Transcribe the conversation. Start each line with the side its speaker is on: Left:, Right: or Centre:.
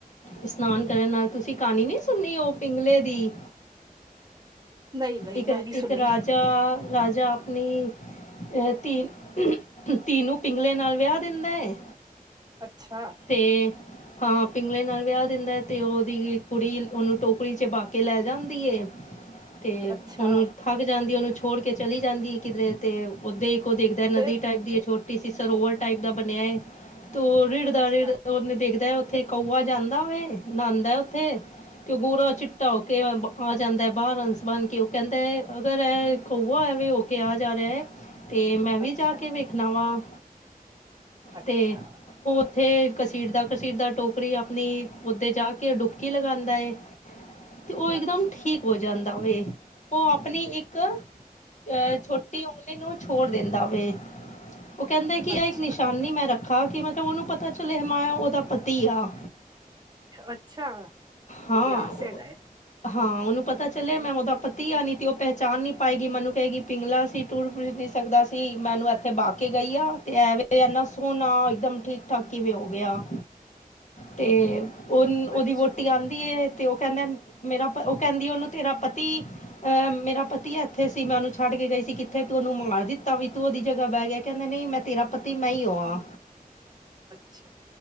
Left: ਇਸ਼ਨਾਨ ਕਰਨ ਨਾਲ ਤੁਸ ਤੁਸੀਂ ਕਹਾਣੀ ਨਈ ਸੁਨੀ ਉਹ ਪਿੰਗਲੇ ਦੀ।
Right: ਨਈ-ਨਈ,
Left: ਇੱਕ
Right: ਮੈਂ
Left: ਇੱਕ
Right: ਨੀ ਸੁਣੀ।
Left: <inaudible> ਰਾਜਾ ਆਪਣੀ ਧੀ-ਧੀ ਨੂੰ ਪਿੰਗਲੇ ਨਾਲ ਵਿਆਹ ਦਿੰਦਾ ਏ।
Right: ਅੱਛਾ।
Left: ਤੇ ਹਾਂ ਪਿੰਗਲੇ ਨਾਲ ਵਿਆਹ ਦਿੰਦਾ, ਤੇ ਉਹਦੀ ਕੁੜੀ ਉਹਨੂੰ ਟੋਕਰੀ ਚ ਬਾਕੇ ਲੈ ਜਾਂਦੀ ਏ, ਤੇ
Right: ਅੱਛਾ
Left: ਉਹਨੂੰ ਥੱਕ ਜਾਂਦੀ ਏ ਉਹਨੂੰ ਚੁੱਕ ਛੋੜ ਕੇ ਚਲੀ ਜਾਂਦੀ ਐ ਕਿਧਰੇ ਤੇ, ਉਥੇ ਇੱਕ ਉਹ ਦੇਖਦਾ ਨਦੀ
Right: ਫਿਰ
Left: ਟਾਈਪ ਦੀ ਏ ਛੋਟੀ ਟੀ ਸੀ ਸਰੋਵਰ ਟਾਈਪ ਦਾ ਬਣਿਆ ਏ, ਤੇ ਉਹ ਰਿੜਦਾ
Right: ਅੱਛਾ,
Left: ਰਿੜ ਓਹਨੇ ਦੇਖਦਾ ਐ ਉੱਥੇ। ਕਊਆ ਜਾਂਦਾ ਵੇ, ਨਾਂਦੈ ਉੱਥੇ। ਤੇ ਗੋਰਾ ਚਿੱਟਾ ਹੋ ਕੇ ਆ ਜਾਂਦਾ ਬਾਹਰ ਹੰਸ ਬਣ ਕੇ, ਉਹ ਕਹਿੰਦਾ ਅਗਰ ਇਹ ਕਊਆ ਐਵੇ ਹੋ ਕੇ ਆ ਜਾ ਰਿਹਾ। ਤੇ ਮੈਂ ਵੀ
Right: ਅੱਛਾ,
Left: ਜਾ ਕੇ ਵੇਖਣਾ ਵਾ,
Right: ਅੱਛਾ,
Left: ਤੇ ਓ ਉੱਥੇ ਘਸੀਟਦਾ-ਘਸੀਟਦਾ ਟੋਕਰੀ ਆਪਣੀ ਉੱਥੇ ਜਾ ਕੇ ਡੁਬਕੀ ਲਗਾਂਦਾ ਏ। ਤੇ ਉਹ ਇਕਦਮ
Right: ਅੱਛਾ,
Left: ਠੀਕ ਹੋ ਜਾਂਦਾ ਵੇ, ਉਹ ਆਪਣੀ ਇੱਕ ਅਹ ਛੋਟੀ ਉਂਗਲੀ ਨੂੰ ਛੋੜ ਦਿੰਦਾ ਵੇ। ਉਹ ਕਹਿੰਦਾ ਕਿ ਇਹ
Right: ਅੱਛਾ,
Left: ਇੱਕ ਨਿਸ਼ਾਨੀ ਮੈਂ ਰੱਖਾਂ, ਕਿ ਮਤਲਬ ਉਹਨੂੰ ਪਤਾ ਪਤਾ ਚਲਿਆ ਮਾਇਆ ਉਹਦਾ ਪਤੀ ਆ।
Right: ਅੱਛਾ,
Left: ਹਾਂ।
Right: ਇਤਿਹਾਸ ਚ ਹੈਗਾ ਐ।
Left: ਹਾਂ, ਉਹਨੂੰ ਪਤਾ ਚੱਲਿਆ ਮੈਂ ਉਹਦਾ ਪਤੀ ਆ, ਨਈ ਤੇ ਉਹ ਪਹਿਚਾਣ ਨੀ ਪਾਏਗੀ, ਮੈਨੂੰ ਕਹੇਗੀ ਪਿੰਗਲਾ ਸੀ। ਤਰ ਪੁਰ ਨੀ ਸਕਦਾ ਸੀ, ਮੈਨੂੰ ਇੱਥੇ ਬਹਾ ਕੇ ਗਈ ਆ, ਤੇ ਐਵੇਂ ਏਨਾ ਸੋਹਣਾ ਇਕਦਮ ਠੀਕ ਠਰਕੀ ਵੀ ਹੋ ਗਿਆ, ਤੇ ਉਹ ਉਹਦੀ
Right: ਅੱਛਾ,
Left: ਵੋਟੀ ਆਂਦੀ ਏ, ਤੇ ਉਹ ਕਹਿੰਦਾ ਮੇਰਾ ਉਹ ਕਹਿੰਦੀ ਉਹਨੂੰ ਤੇਰਾ ਪ ਅਹ ਮੇਰਾ ਪਤੀ ਐ। ਕਿੱਥੇ ਸੀ ਮੈਂ ਉਹਨੂੰ ਛੱਡ ਕੇ ਗਈ ਸੀ, ਕਿੱਥੇ ਤੂੰ ਉਹਨੂੰ ਮਾਰ ਦਿੱਤਾ ਵੀ ਤੂੰ ਉਹਦੀ ਜਗ੍ਹਾ ਬਹਿ ਗਿਆ, ਕਹਿੰਦੇ ਨਹੀਂ ਮੈਂ ਤੇਰਾ ਪਤੀ ਮੈਂ ਈ ਓ ਵਾਂ।
Right: ਅੱਛਾ!